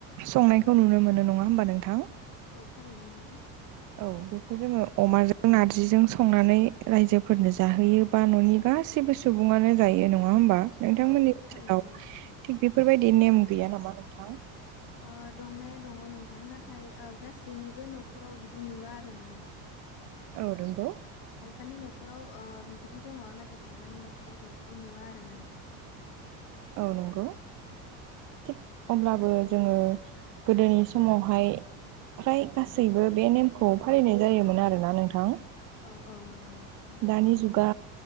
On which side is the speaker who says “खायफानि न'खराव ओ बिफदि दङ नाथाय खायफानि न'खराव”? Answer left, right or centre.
Left